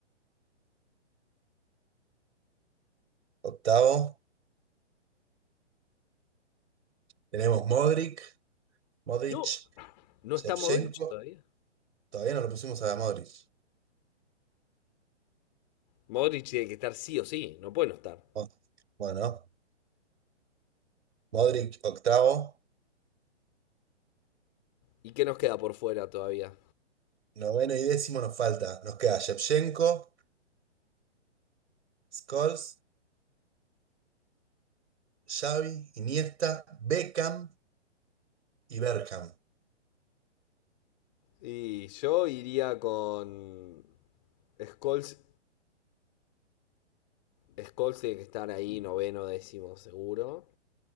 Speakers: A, on the right; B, on the left.
A: Octavo. Tenemos Modric. Modric.
B: No, No
A: Shevchenko.
B: está Modric. todavía.
A: Todavía no lo pusimos a Modric.
B: Modric tiene que estar sí o sí. No puede no estar.
A: Mo- Bueno, Modric octavo.
B: ¿Y qué nos queda por fuera todavía?
A: Noveno y décimo nos falta. Nos queda Shevchenko, Scholes, Xavi, Iniesta, Beckham y Bergkamp.
B: Y yo iría con. Scholes. Scholes tiene que estar ahí, noveno, décimo, seguro.